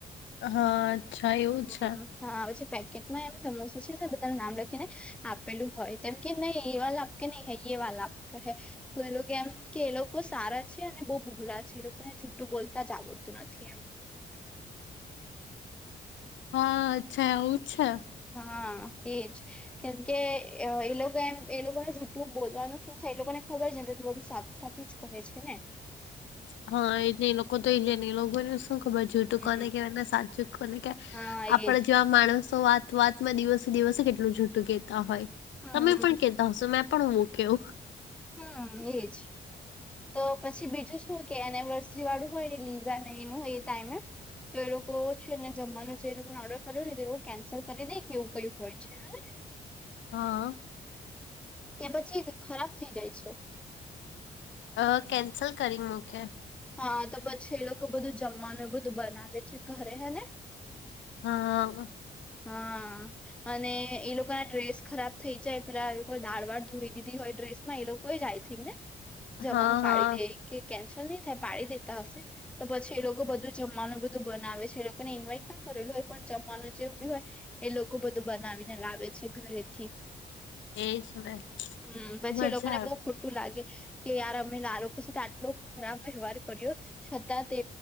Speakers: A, on the left; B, in the centre.
A: હા અચ્છા એવું
B: હમ,
A: છે
B: હા આવે છે પેકેટમાં એમ સમોસા છે ને બધાનું નામ લખીને આપેલું હોય તેમ કે નહી એવા કે નહી યે વાલા આપકા હૈ તો એ લોકો એમ કે એ લોકો સારા છે અને બહુ ભૂલા છે એ લોકોને જુઠ્ઠું બોલતા જ આવડતું નથી એમ
A: હા અચ્છા એવું છે.
B: હા એજ કેમ કે એ લોકો એમ એ લોકોને જૂઠું બોલવાનું શું થઇલુ એ લોકો ને ખબર છે બધું સાચું સાચું જ કહે છે ને.
A: હા એટલે એ લોકો તો <unintelligible> શું ખબર જૂઠું
B: હમ,
A: કોને કેવાય એને સાચું કોને કેવાય
B: હા એજ
A: આપડે જ્યાં માણસો વાત વાતમાં દિવસે દિવસે કેટલું જૂઠું કેહેતા હોય
B: હમ
A: તમે પણ કે તા હશો મેં પણ હું કેવ
B: હમ્મ એજ તો પછી બીજું શું કે એનિવર્સરી વાળું હોય ને લીઝા ને એનું એ ટાઈમે તો એ લોકો છે ને જમવાનું જે એ લોકોને ઓર્ડર કર્યો હોને તો એ લોકો કેન્સલ કરી દે કે એવું કઈ હોય. છેને
A: હા
B: કે પછી ખરાબ થઈ જાય છે
A: અ કેન્સલ કરી મૂકે
B: હા તો પછી એ લોકો બધું જમવાનું બધું બનાવે છે ઘરે હે ને
A: હા
B: હા અને એ લોકો ને ડ્રેસ ખરાબ થઈ જાય પેલા કોઈ દાળ વાળ ધોરી દીધી હોય ડ્રેસ માં એ લોકો એજ આઈથીગ ને જમાનું
A: હા
B: પાડી
A: હા
B: દે કે કેન્સલ નહી થાય પાડી દેતા હશે તો પછી એ લોકો બધું જમવાનું બધું બનાવે છે એ લોકોને ઇન્વાઈટ ના કરેલું હોય પણ જમવાનું જે બી હોય એ લોકો બધું બનાવીને લાવે છે ઘરેથી
A: એજ ભાઈ
B: હમ પછી
A: મજા
B: એ લોકોને
A: આવે.
B: બહુ ખોટું લાગે કે યાર અમે આ લોકો સાથે આટલો ખરાબ વ્યવહાર કર્યો છતાં તે